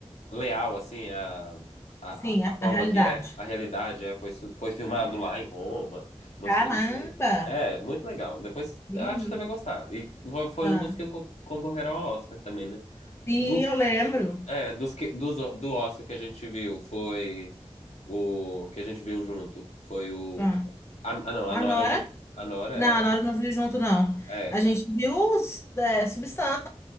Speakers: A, on the left; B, on the left.
A: leal, assim, a, a,
B: Sim,
A: a
B: a,
A: a forma
B: a realidade.
A: que é, a realidade é, foi, su- foi filmado lá em Roma, umas
B: Caramba!
A: coisas assim. É, muito legal. Depois,
B: Menino.
A: eu acho que você vai gostar. E fo- foi
B: Ah,
A: um dos que co- concorreram ao Oscar também, né?
B: sim,
A: Do,
B: eu lembro.
A: é, dos que, dos, o- do Oscar que a gente viu, foi o que a gente viu junto, foi o...
B: Ah,
A: Ah, ah, não, a
B: a
A: Nora,
B: Nora?
A: a gente, a Nora
B: Não, a Nora não viu junto, não.
A: é,
B: A
A: é,
B: gente viu os, é, Substância